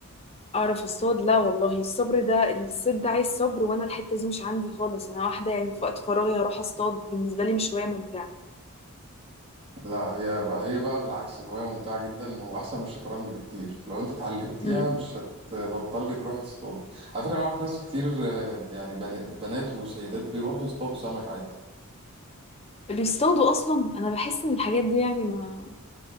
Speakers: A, on the left; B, on the right.
A: اعرف اصطاد لا والله الصبر ده الصيد ده عايز صبر وانا الحته دي مش عندي خالص انا واحده يعني في وقت فراغي هروح اصطاد بالنسبه لي مش هوايه ممتعه
B: لا هي بقى هي بقى بالعكس هواية ممتعة جدا وأحسن من الشطرنج بكتير لو أنت اتعلمتيها
A: امم
B: مش هتبطلي تروحي تصطاد على فكرة أنا أعرف ناس كتير آه، يعني بن- بنات وسيدات بيروحوا يصطادوا سمك عادي
A: بيصطادوا اصلا انا بحس ان الحاجات دي يعني ما